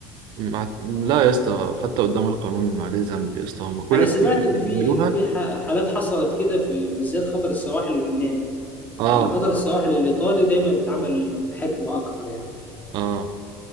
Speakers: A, on the right; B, on the left.
A: مع... لا يا اسطى حتى قدام القانون عليه ذنب يا اسطى هم كل
B: انا
A: الحاجات
B: سمعت
A: اللي
B: ان
A: بيعملوها
B: في ان في ح- حالات حصلت كده في ال- بالذات خطر السواحل اليوناني
A: اه
B: اما خطر السواحل الايطالي دايما بيتعمل بحكمه اكتر يعني
A: اه